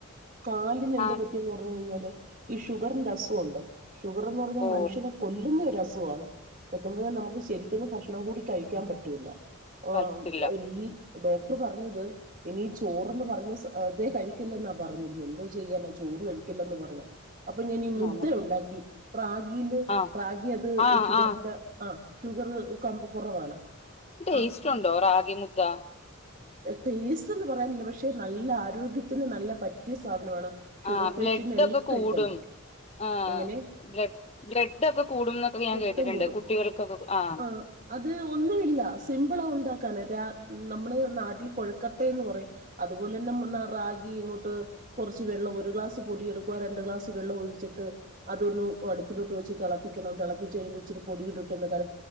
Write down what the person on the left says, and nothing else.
ആ
ഓ
പറ്റില്ല
ആ
ആ
ആ
ടേസ്റ്റുണ്ടോ റാഗി മുദ്ധ?
ആഹ്
ബ്ലഡ്
ഒക്കെ കൂടും
ആ
ബ്ലഡ് ഒക്കെ കൂടും എന്നൊക്കെ ഞാൻ
കേട്ടിട്ടുണ്ട്
കുട്ടികൾക്കൊക്കെ ആ